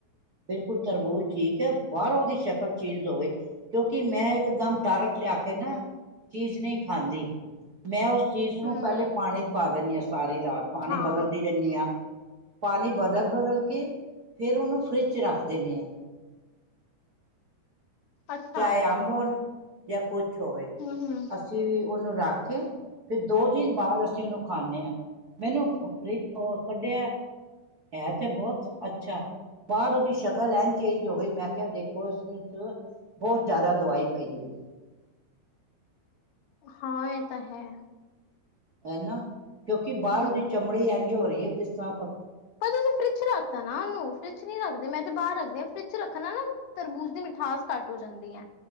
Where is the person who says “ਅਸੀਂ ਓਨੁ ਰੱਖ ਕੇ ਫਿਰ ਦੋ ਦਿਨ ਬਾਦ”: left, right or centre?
Right